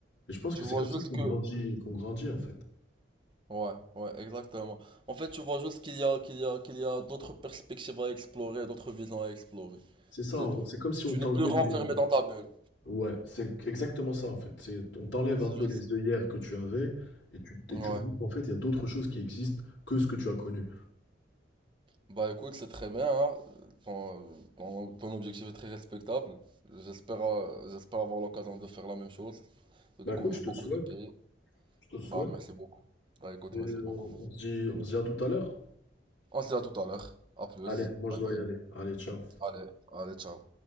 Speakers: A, on the left (about 75°); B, on the right (about 25°).
A: Et je pense que
B: tu
A: c'est
B: vois
A: comme
B: juste
A: ça qu'on
B: que
A: grandit, qu'on grandit en fait.
B: Ouais, ouais, exactement. En fait, tu vois juste qu'il y a, qu'il y a, qu'il y a d'autres perspectives à explorer, d'autres visions à explorer.
A: C'est ça,
B: C'est
A: en
B: tout.
A: gros. C'est comme si on
B: Tu
A: t'enlevait
B: n'es plus renfermé
A: des,
B: dans ta bulle.
A: Ouais, c'est exactement ça en fait. C'est, on t'enlève
B: C'est
A: un peu
B: juste
A: les
B: ça.
A: œillères que tu avais et tu, et
B: Ouais.
A: tu vois qu'en fait il y a d'autres choses qui existent que ce que tu as connu.
B: Bah écoute, c'est très bien, hein. Ton, ton, ton objectif est très respectable. J'espère, euh, j'espère avoir l'occasion de faire la même chose, de
A: Bah
B: découvrir
A: écoute, je te
B: beaucoup
A: le souhaite,
B: de pays.
A: je te le souhaite.
B: Bah merci beaucoup. Bah écoute,
A: Et, euh,
B: merci beaucoup.
A: on se dit, on se dit à tout à l'heure.
B: On se dit à tout à l'heure. À plus.
A: Allez, moi
B: Bye
A: je dois
B: bye.
A: y aller. Allez, ciao.
B: Allez, allez, ciao.